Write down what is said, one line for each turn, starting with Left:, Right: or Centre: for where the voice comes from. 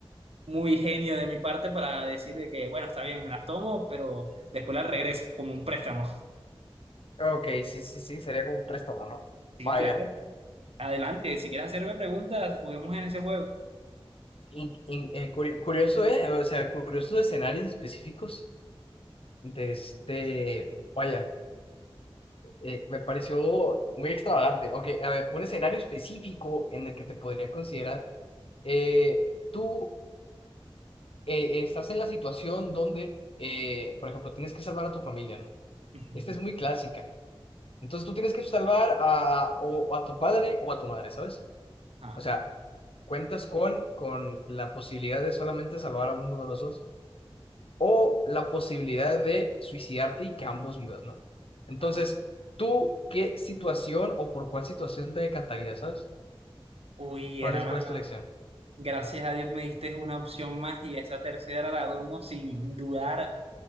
Right: muy genio de mi parte para decir de que, bueno, está bien, me las tomo, pero después las regreso como un préstamo.
Left: Ok, sí, sí, sí, sería como un préstamo, ¿no?
Right: Sí,
Left: Vaya.
Right: claro. Adelante, si quieres hacerme preguntas, juguemos en ese juego.
Left: In- in- eh, curio- curioso, ¿eh? O sea, curioso escenarios específicos de este. Vaya. eh, me pareció muy extravagante. Ok, a ver, un escenario específico en el que te podría considerar, eh, tú eh, estás en la situación donde, eh, por ejemplo, tienes que salvar a tu familia, ¿no?
Right: Ujú.
Left: Esta es muy clásica. Entonces tú tienes que salvar a, o a tu padre o a tu madre, ¿sabes?
Right: Ah,
Left: O sea, cuentas con, con la posibilidad de solamente salvar a uno de los dos. o la posibilidad de suicidarte y que ambos vivas, ¿no? Entonces,
Right: Ajá.
Left: ¿tú qué situación o por cuál situación te decantarías, sabes?
Right: Uy,
Left: ¿Cuál
Right: hermano,
Left: es, cuál es tu elección?
Right: gracias a Dios me diste una opción más y esa tercera la tomo sin dudar